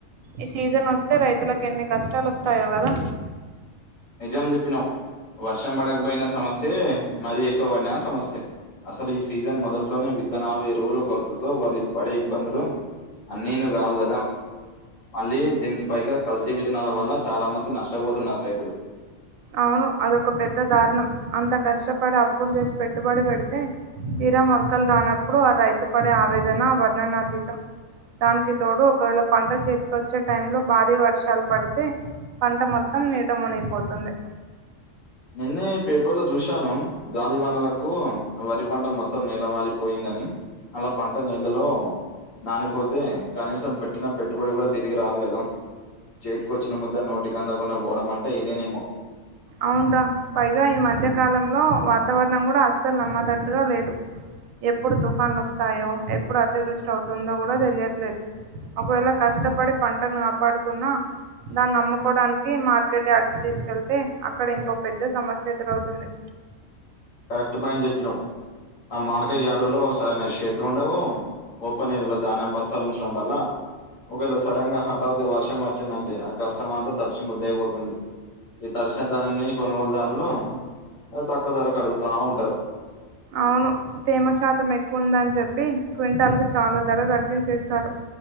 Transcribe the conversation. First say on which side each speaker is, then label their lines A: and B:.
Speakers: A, on the right; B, on the left.
A: ఈ సీజన్ ఒస్తే రైతులకు ఎన్ని కష్టాలు ఒస్తాయో కదా
B: నిజం చెప్పినవు వర్షం పడకపోయినా సమస్యే మరి ఎక్కువబడినా సమస్యే అసలు ఈ సీజన్ మొదట్లోనే విత్తనాలు ఎరువులు కొరతో వాళ్ళు పడే ఇబ్బందులు అన్నీ నువ్వు కాదు కదా మళ్ళీ దీనికి పైగా కల్తీ విత్తనాల వల్ల చాలా మంది నష్టపోతున్నారు రైతులు
A: అవును అదొక పెద్ద దారుణం అంత కష్టపడి అప్పులు చేసి పెట్టుబడి పెడితే తీరా మొల్కలు రానప్పుడు ఆ రైతు పడే ఆవేదన వర్ణనాదీతం దానికి తోడు ఒకవేళ పంట చేతికి ఒచ్చే టైంలో భారీ వర్షాలు పడితే పంట మొత్తం నీట మునిగిపోతుంది
B: నిన్నే పేపర్ లో చూశాను గాలి వనలకు వరి పంట మొత్తం నేలవాలి. పోయిందని అలా పంట నీళ్ళలో. నానిపోతే కనీసం పెట్టిన పెట్టుబడి కూడా తిరిగి రాదు కదా. చేతికొచ్చిన ముద్ద నోటికి అందకుండా పోవడం అంటే ఇదేనేమో.
A: అవున్ రా. పైగా ఈ మధ్యకాలంలో వాతావరణం కూడా అస్సలు నమ్మదట్టుగా లేదు. ఎప్పుడు తుఫాన్లు వస్తాయో ఎప్పుడు అతివృష్టి అవుతుందో కూడా తెలియట్లేదు. ఒకవేళ కష్టపడి పంటను కాపాడుకున్నా దాన్ని అమ్ముకోడానికి. మార్కెట్ అయాడ్ క తీసుకెళ్తే అక్కడ ఇంకో పెద్ద సమస్య ఎదురవుతుంది.
B: కరెక్ట్ పాయింట్ చెప్పినావు ఆ మార్కెట్ యార్డులో సరియినా షెడ్లు ఉండవు. ఓపెన్ ఏరియా లో ధాన్యం బస్తాలు ఉంచడం వల్ల ఒకవేళ సడన్ గా హమ్. అ వర్షం వచ్చిందంటె ఆ కష్టం అంతా తడిచి ముద్దుయిపోతుంది. ఈ తడ్చినధనాన్ని కొనుగోలుదారులు తక్కువ ధరకు అడుగుతా ఉంటారు.
A: అవును తేమ శాతం ఎక్కువ ఉందని చెప్పి క్వింటాల్ కి చాలా ధర తగ్గించేస్తారు.